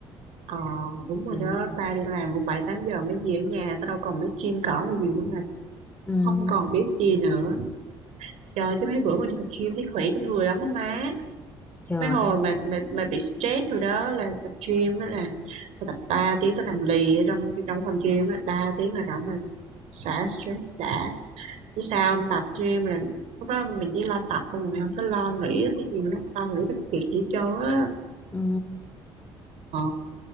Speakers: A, on the right; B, on the left.
A: ờ đúng rồi
B: Ừ.
A: đó ta đi làm cũng bảy tám giờ mới về ở nhà ta đâu còn biết gym cỏ là gì nữa mày
B: Ừ.
A: không còn biết gì nữa trời chứ mấy bữa mà đi tập gym thấy khỏe trong người lắm đó má
B: Trời.
A: mấy hồi mà mà, mà bị stress rồi đó là tập gym đó là tao tập 3 tiếng tao nằm lì ở trong trong phòng gym á 3 tiếng là rảnh mình xả stress đã chứ sao không tập gym là lúc đó mình chỉ lo tập thôi mình không có lo nghĩ tới cái gì không lo nghĩ tới công việc gì hết trơn á
B: Ừ.
A: ờ